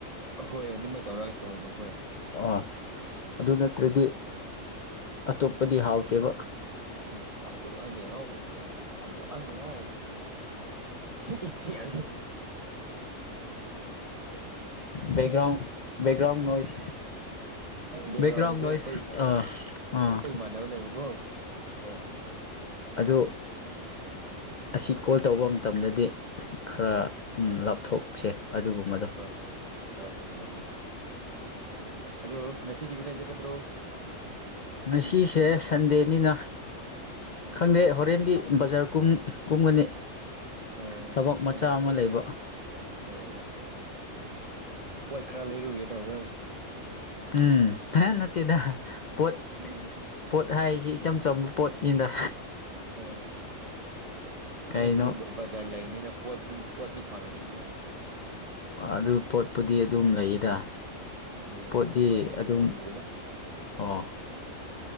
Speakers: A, on the right; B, on the left.
A: ꯍꯣꯏ ꯑꯗꯨꯃ ꯇꯧꯔꯒ ꯇꯧꯍꯅꯤ ꯍꯣꯏ
B: ꯑꯣ ꯑꯗꯨ ꯅꯠꯇ꯭ꯔꯗꯤ ꯑꯇꯣꯞꯄꯗꯤ ꯍꯥꯎꯇꯦꯕ
A: ꯍꯣꯏ ꯇꯥꯞꯗ ꯂꯥꯛꯑꯕꯦꯔꯣꯑꯣ ꯑꯁꯤ ꯌꯥ
B: ꯕꯦꯛꯒ꯭ꯔꯥꯎꯟ ꯕꯦꯛꯒ꯭ꯔꯥꯎꯟ ꯅꯣꯏꯁ
A: ꯕꯦꯛꯒ꯭ꯔꯥꯎꯟꯗꯨꯁꯦ
B: ꯕꯦꯛꯒ꯭ꯔꯥꯎꯟ ꯅꯣꯏꯁ
A: ꯑꯩꯈꯣꯏ
B: ꯑꯥ ꯑꯥ
A: ꯑꯩꯈꯣꯏ ꯏꯃꯥꯟꯅꯕ ꯂꯩꯕꯀꯣ ꯍꯣꯏ
B: ꯑꯗꯨꯗ ꯑꯁꯤ ꯀꯣꯜ ꯇꯧꯕ ꯃꯇꯝꯗꯗꯤ ꯈꯔ
A: ꯍꯣꯏ
B: ꯂꯥꯞꯊꯣꯛꯆꯩ ꯑꯗꯨꯒꯨꯝꯕꯗꯣ ꯎ
A: ꯍꯣꯏ ꯍꯣꯏ ꯍꯣꯏ ꯆꯨꯝꯃꯤ ꯆꯨꯝꯃꯤ ꯑꯗꯣ ꯉꯁꯤꯗꯤ ꯀꯗꯥꯏ ꯆꯠꯀꯗ꯭ꯔꯣ
B: ꯉꯁꯤꯁꯦ ꯁꯟꯗꯦꯅꯤꯅ
A: ꯑꯥ
B: ꯈꯪꯗꯦ ꯍꯣꯔꯦꯟꯗꯤ ꯕꯖꯥꯔ ꯀ ꯀꯨꯝꯒꯅꯤ
A: ꯑꯣ
B: ꯊꯕꯛ ꯃꯆꯥ
A: ꯍꯣꯏꯗ
B: ꯑꯃ ꯂꯩꯕ
A: ꯑꯣ ꯑꯣ ꯄꯣꯠ ꯈꯔ ꯂꯩꯔꯨꯒꯦ ꯇꯧꯕꯔꯥ
B: ꯎꯝ ꯍꯦ ꯅꯠꯇꯗꯥ ꯄꯣꯠ
A: ꯍ
B: ꯄꯣꯠ ꯍꯥꯏꯔꯤꯁꯤ ꯏꯆꯝ ꯆꯝꯕ ꯄꯣꯠꯅꯤꯗ
A: ꯑ
B: ꯀꯩꯅꯣ
A: ꯅꯣꯏꯗꯨꯗꯤ ꯕꯖꯥꯔ ꯂꯩꯕꯅꯤꯅ ꯄꯣꯠꯄꯨ ꯄꯣꯠꯆꯁꯨ ꯐꯥꯟꯅꯅꯤꯅ
B: ꯑꯗꯨ ꯄꯣꯠꯄꯨꯗꯤ ꯑꯗꯨꯝ ꯂꯩꯗ
A: ꯑꯣ
B: ꯄꯣꯠꯇꯤ
A: ꯑꯁ ꯑꯩꯀꯣꯏꯔꯣꯝꯗꯗꯤ
B: ꯑꯗꯨꯝ
A: ꯐꯪꯗ꯭ꯔꯤꯗ
B: ꯑꯣ